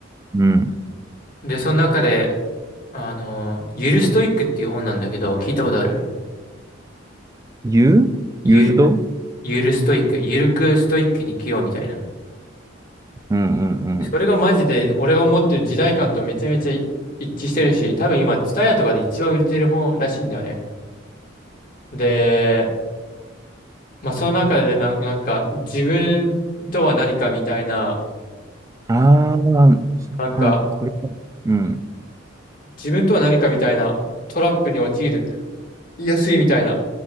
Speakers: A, on the right (about 15°); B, on the left (about 45°).
A: うん。
B: で、その中で、あの、ゆるストイックっていう本なんだけど、聞いたことある
A: ユーユーズドうん
B: ゆ、ゆるストイック、ゆるくストイックに生きようみたいな。
A: うんうん。
B: それがマジで、俺が思ってる時代感とめちゃめちゃ一致してるし、多分今、ツタヤとかで一番売れてる本らしいんだよね。で、まあ、その中でな、なんか、自分とは何かみたいな、
A: ああ、は
B: なんか、
A: い、これだ。うん、
B: 自分とは何かみたいなトラップに陥る。安いみたいな。